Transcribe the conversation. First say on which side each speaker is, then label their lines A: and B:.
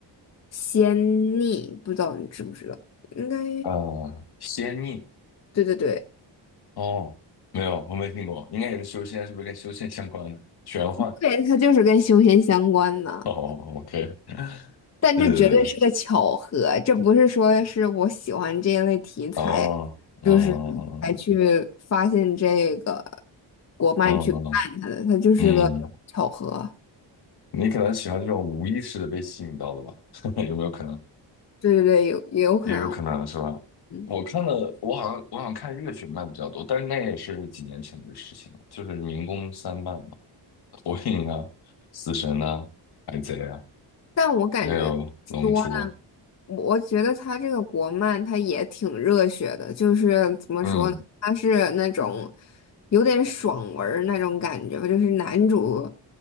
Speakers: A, on the left (about 35°); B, on the left (about 60°).
A: 《仙逆》，不知道你知不知道？应该
B: 呃，仙逆
A: 对对对
B: 哦，没有，我没听过，应该也是修仙，是不是跟修仙相关的？玄幻
A: 对，它就是跟修仙相关的。
B: 哦，OK。
A: 但这绝对是个巧合，
B: 是
A: 这不是说是我喜欢这一类题材，
B: 哦，嗯
A: 就是才去发现这个国漫去看它的，
B: 嗯
A: 它就是个巧合。
B: 嗯，你可能喜欢这种无意识的被吸引到的吧？<laughs> 有没有可能？
A: 对对对，有也有可能，
B: 也有可能是吧？
A: 嗯，
B: 我看了，我好像我好像看热血漫比较多，但是那也是几年前的事情了，就是民工三漫嘛，火影啊、死神啊、海贼啊，
A: 但我感觉说呢。
B: 还有龙珠啊，
A: 我我觉得他这个国漫他也挺热血的，就是怎么说呢，
B: 嗯
A: 他是那种有点爽文儿那种感觉吧，就是男主，